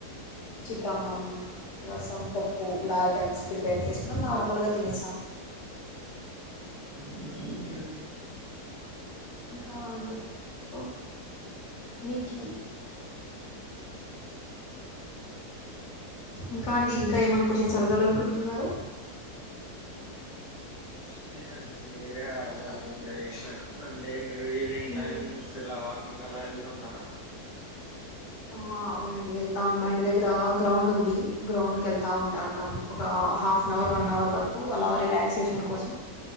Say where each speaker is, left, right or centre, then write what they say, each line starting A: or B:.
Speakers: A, on the left; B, on the left.
A: చిత్రాన్నం రసం పప్పు ఇలా ఐటమ్స్ ప్రిపేర్ చేసుకొని నార్మల్గా తినేసాం
B: ఓకే ఓకే అండి
A: ఇంకా అండి ఒ మీకి ఇంకాండి ఇ కా ఏమన్న కొషన్స్ అడగాలనుకున్ టున్నారా
B: అస్టే అండి మీరే అడగాలి ఇంకా ఏమైనా అన్ టే మీరు ఈవినింగ్
A: ఓకే
B: టైమ్స్ ఇలా వాక్ ఇంగ అలా ఎళ్తుంటారా
A: ఆ అవునండి ఎళ్తా ఉన్న ఇంటి దగ్గర గ్రౌండ్ ఉంది గ్రౌండ్ కెళ్తా ఉంటాన్ తం ఒక హాఫ్ నవర్ వన్ అవర్ వరకు అలాగ రిలాక్సేషన్ కోసం